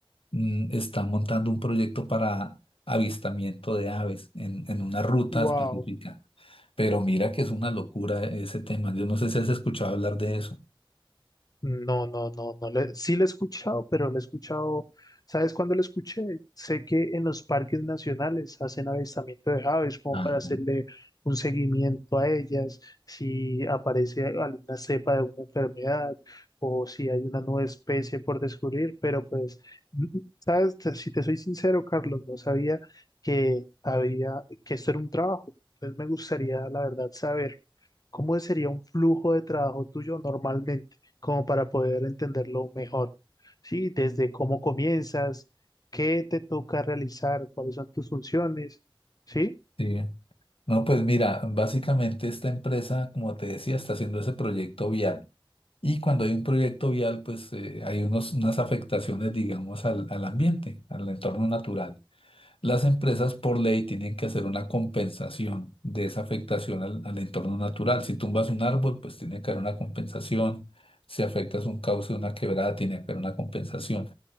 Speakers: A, on the left; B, on the left.
A: mm, está montando un proyecto para avistamiento de aves en, en una ruta
B: Wow.
A: específica. Pero mira que es una locura ese tema. Yo no sé si has escuchado hablar de eso.
B: No, no, no, no. le- sí la he escuchado, pero la he escuchado. ¿Sabes cuándo la escuché? Sé que en los parques nacionales hacen avistamiento de aves como
A: Ajá.
B: para hacerle un seguimiento a ellas, si aparece alguna cepa de una enfermedad o si hay una nueva especie por descubrir, pero pues, n- ¿sabes? Te- Si te soy sincero, Carlos, no sabía que había, que esto era un trabajo. Entonces me gustaría, la verdad, saber cómo sería un flujo de trabajo tuyo normalmente como para poder entenderlo mejor. Sí, desde cómo comienzas, qué te toca realizar, cuáles son tus funciones. Sí,
A: Sí. No, pues mira, básicamente esta empresa, como te decía, está haciendo ese proyecto vial. Y cuando hay un proyecto vial, pues eh, hay unos, unas afectaciones, digamos, al, al ambiente, al entorno natural. Las empresas por ley tienen que hacer una compensación de esa afectación al, al entorno natural. Si tumbas un árbol, pues tiene que haber una compensación. Si afectas un cauce, una quebrada, tiene que haber una compensación.